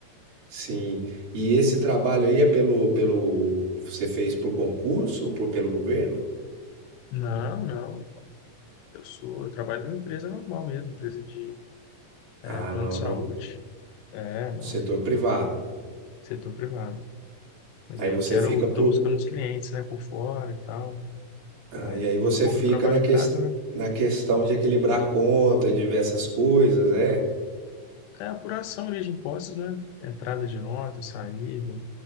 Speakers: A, on the right; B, on the left.
A: sim. E esse trabalho aí é pelo, pelo, você fez por concurso ou por, pelo governo?
B: Não, não. Eu sou, eu trabalho numa empresa normal mesmo, empresa de é,
A: Ah,
B: plano
A: no,
B: de saúde.
A: no
B: É, não,
A: setor privado.
B: setor privado. Mas
A: Aí
B: aí
A: você
B: eu quero,
A: fica por,
B: eu tô buscando uns clientes, né, por fora e tal.
A: ah,
B: Aí,
A: e aí você
B: bom
A: fica
B: que eu trabalho
A: na,
B: em
A: ques,
B: casa, né?
A: na questão de equilibrar conta, diversas coisas, é?
B: É a apuração ali de impostos, né? Entrada de nota, saída,